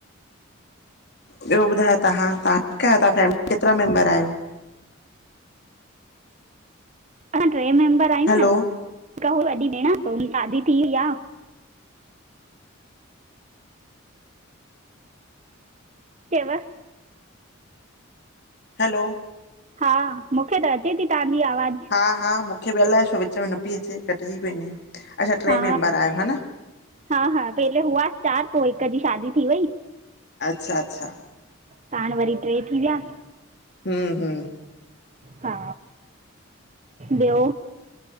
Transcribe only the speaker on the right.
असां ट्रे मेम्बर आहियूं
न, हिक हुई वॾी भेण त हुन जी शादी थी वई आ। <unintelligible>
हा, मूंखे त अचे ती तव्हांजी आवाज़।
हा,
हा -हा पहिले हुआस चार पो हिक जी शादी थी वई।
त हाणे वरी ट्रे थी वियासि।
हा, ॿियो